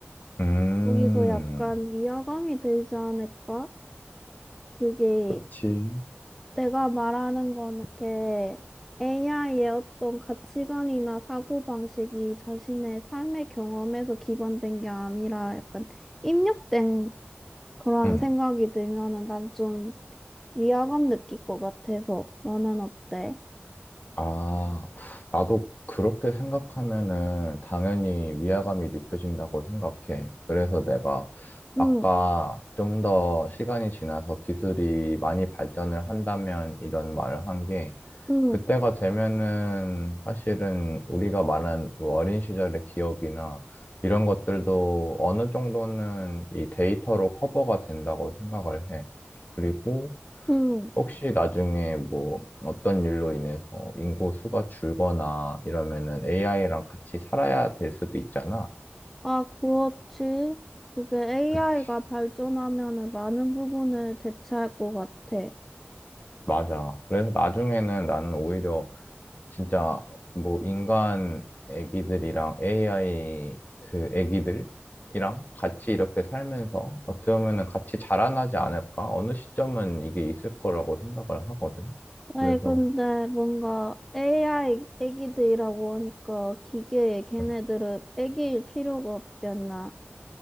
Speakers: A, on the left; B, in the centre.
A: 음,
B: 거기서 약간 위화감이 들지 않을까? 그게
A: 그렇지.
B: 내가 말하는 거는 게 AI의 어떤 가치관이나 사고방식이 자신의 삶의 경험에서 기반된 게 아니라 약간 입력된 그런
A: 응.
B: 생각이 들면은 난 좀 위화감 느낄 것 같아서 너는 어때?
A: 아, 나도 그렇게 생각하면은 당연히 위화감이 느껴진다고 생각해. 그래서 내가 아까
B: 응,
A: 좀 더 시간이 지나서 기술이 많이 발전을 한다면 이런 말을 한 게,
B: 응,
A: 그때가 되면은 사실은 우리가 말한 뭐 어린 시절의 기억이나 이런 것들도 어느 정도는 이 데이터로 커버가 된다고 생각을 해. 그리고
B: 응.
A: 혹시 나중에 뭐 어떤 일로 인해서 인구 수가 줄거나 이러면은 AI랑 같이 살아야 될 수도 있잖아.
B: 아, 그렇지. 그게 AI가
A: 그치.
B: 발전하면은 많은 부분을 대체할 것 같아.
A: 맞아. 그래서 나중에는 나는 오히려 진짜 뭐 인간 애기들이랑 AI 그 애기들이랑 같이 이렇게 살면서 어떻게 보면은 같이 자라나지 않을까? 어느 시점은 이게 있을 거라고 생각을 하거든.
B: 아니,
A: 그래서
B: 근데 뭔가 AI 애기들이라고 하니까 기계에 걔네들은
A: 음,
B: 애기일 필요가 없지 않나.